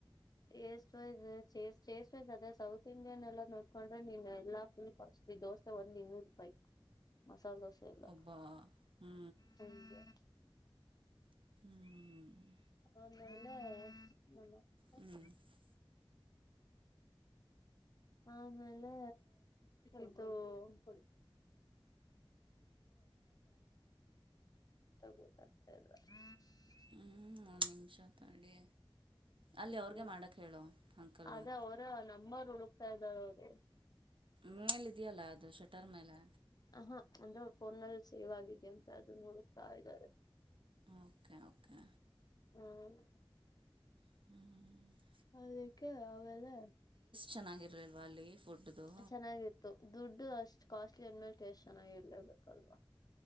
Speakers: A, on the left; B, on the right.
A: chest wise chase chase wise ಅದೇ ಸೌತ್ ಇಂಡಿಯನ್ ಎಲ್ಲಾ ನೋಡ್ಕೊಂಡ್ರೆ ನಿನ್ ಎಲ್ಲಾ ಫುಲ್ ಕತ <unintelligible> ದೋಸೆ ಒಂದ ಇನ್ನೂರು ರೂಪಾಯಿ ಮಸಾಲೆ ದೋಸೆ ಸರಿಲ್ಲ
B: ಒಬ್ಬ ಹ್ಞೂ
A: <unintelligible>
B: ಹ್ಮ್ <unintelligible>
A: ಅ ನೆನ್ನೆ <unintelligible>
B: ಹ್ಞೂ ಹ್ಞೂ
A: ಆಮೇಲೆ ಇದ್ <inaudible> ಲ್ ಗೊತ್ತ <unintelligible> <unintelligible> <unintelligible>
B: ಹ್ಮ್ ಒಂದ್ ನಿಮಿಷ ತಡಿ ಅಲ್ಲಿ
A: ಹ್ಮ್
B: ಅವ್ರಿಗೆ ಮಾಡೋಕ್ಕೆ ಹೇಳು ಅಂಕಲ್ಗೆ
A: ಅದೇ ಅವರ ನಮ್ಮರು ಹುಡುಕ್ತಾ ಇದ್ದಾರ ಅವರು
B: ಮೇಲ್ ಇದೆಯಲ್ಲ ಅದು ಶಟರ್ ಮೇಲೆ
A: ಹ ಹಾ ಒಂದ್ರೆ ಫೋನ್ಲ್ಲಿ ಸೇವ್ ಆಗಿದೆ ಅಂತ ಅದು ನೋಡತಾ ಇದ್ದಾರೆ
B: ಓಕೆ ಓಕೆ
A: ಹ್ಮ್
B: ಹ್ಮ್್ಮ್್ಮ <unintelligible>
A: ಅದಕ್ಕೆ ಅಮೇಲೆ
B: ಚೆನ್ನಾಗಿರಲಿಲ್ವ ಅಲ್ಲಿ ಫುಡ್ದು
A: ಚೆನ್ನಾಗಿತ್ತು ದುಡ್ಡು ಅಷ್ಟ್ ಕಾಸ್ಟ್ಲಿ ಅಂದ್ಮೇಲೆ ಟೇಸ್ಟ್ ಚೆನ್ನಾಗಿರ್ಲೇಬೇಕಲ್ವಾ